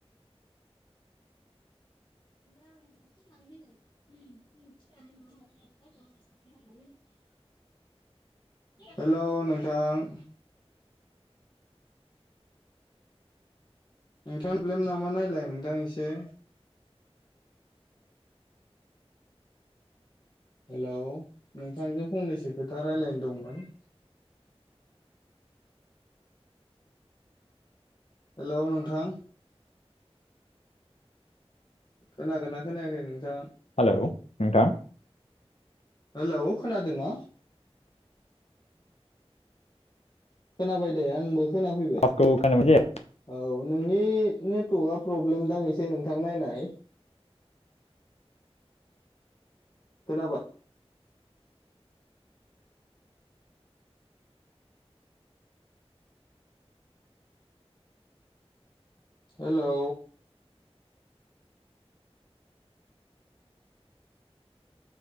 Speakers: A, on the left; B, on the left.
A: <unintelligible> हेलौ नोंथां। नोंथां ब्लेम नामा नायलाय नोंथां एसे हेलौ नोंथांजों फंनैसो खोथा रायलायनो दंमोन। हेलौ नोंथां। खोनागोना खोनायाखै नोंथां?
B: हालौ नोंथां।
A: हेलौ खोनादोना? खोनाबाय दे आंबो खोनाफैबाय।
B: आवाजखौ खोनादोंमोन जे
A: औ नोंनि नेटवकआ प्रब्लेम दां एसे नोंथां नायनाय। खोनाबाय हेलौ